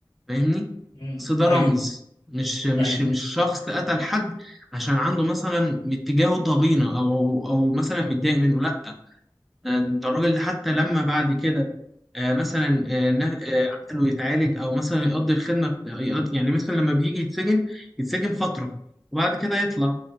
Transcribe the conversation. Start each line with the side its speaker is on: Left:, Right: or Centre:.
Centre: فاهمني
Left: أمم،
Centre: اصل ده
Left: ايوه
Centre: رمز مش مش
Left: ايوه
Centre: مش شخص قتل حد عشان عنده مثلا اتجاهه طغينه او او مثلا متضايق منه لا آه، ده الراجل ده حتى لما بعد كده آه، مثلا آه، نا- آه، عقله يتعالج او مثلا يقضي الخدمه بت- يقضي- يعني مثلا لما بيجي يتسجن يتسجن فتره وبعد كده يطلع